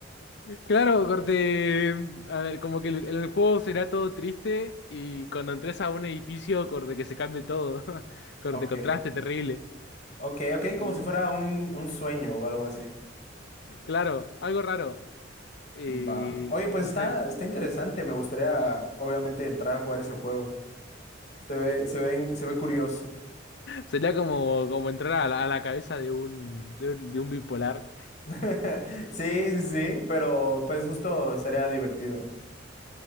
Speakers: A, on the left; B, on the left.
A: Claro, corte. A ver, como que el, el juego será todo triste y cuando entres a un edificio, corte, que se cambie todo. <laughs> Corte,
B: Ok,
A: contraste terrible.
B: Ok, ok,
A: Y,
B: como si fuera un, un sueño o algo así.
A: claro, algo raro. Y,
B: Va. Oye, pues
A: no
B: está,
A: sé,
B: está interesante. Me gustaría, obviamente, entrar a jugar ese juego. Se ve, se ve, in- se ve curioso.
A: sería como, como entrar a la, a la cabeza de un, de un, de un bipolar.
B: <laughs> Sí, sí, sí, pero pues justo estaría divertido.